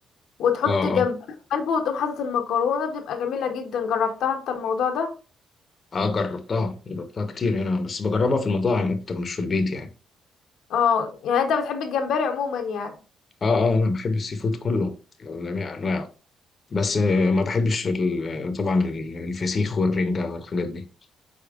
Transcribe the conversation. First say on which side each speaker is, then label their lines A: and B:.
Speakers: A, on the left (about 80°); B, on the left (about 40°).
A: وتحط
B: اه
A: الجمبري
B: اه
A: في قلبه وتقوم حاطط المكرونة بتبقى جميلة جدا جربتها انت الموضوع ده
B: اه جربتها جربتها كتير هنا بس بجربها في المطاعم اكتر مش في البيت يعني
A: اه يعني انت بتحب الجمبري عموما يعني
B: اه اه انا بحب السي فود كله جميع انواعه بس آه، ما بحبش ال- طبعا الفسيخ والرنجة والحاجات دي